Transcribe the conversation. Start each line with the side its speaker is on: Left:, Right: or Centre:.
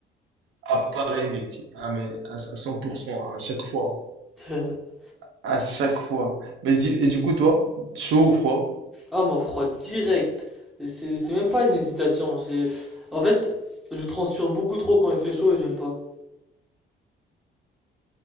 Right: Ah, pareil, mec. Ah, mais à à 100%, à chaque fois.
Centre: <laughs>
Right: À chaque fois. Mais du- et du coup, toi, chaud ou froid,
Centre: Ah, mon froid direct. C'est c'est même pas une hésitation. C'est... En fait, je transpire beaucoup trop quand il fait chaud et j'aime pas.